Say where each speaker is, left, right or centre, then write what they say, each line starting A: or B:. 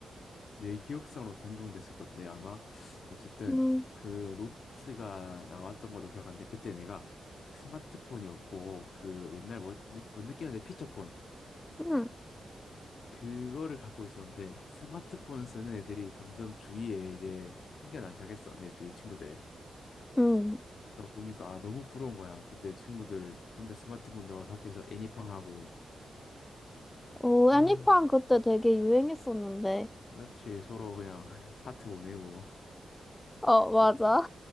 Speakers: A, on the left; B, on the left.
A: 내 기억상으로 단종됐을 건데 아마 어쨌든
B: 음,
A: 그 노트가 나왔던 걸로 기억하는데 그때 내가 스마트폰이 없고 그 옛날 뭐, 느- 뭐 느낌인데 피처폰
B: 음,
A: 그거를 갖고 있었는데 스마트폰 쓰는 애들이 점점 주위에 이제 생겨나기 시작했어. 내 주위 친구들에.
B: 음.
A: 그래서 보니까 아, 너무 부러운 거야. 그때 친구들 혼자 스마트폰 들어가서 학교에서 애니팡 하고
B: 오,
A: 아
B: 애니팡 그때 되게 유행했었는데.
A: 그렇지 서로 그냥 <laughs> 하트 보내고
B: 어, 맞아.
A: 막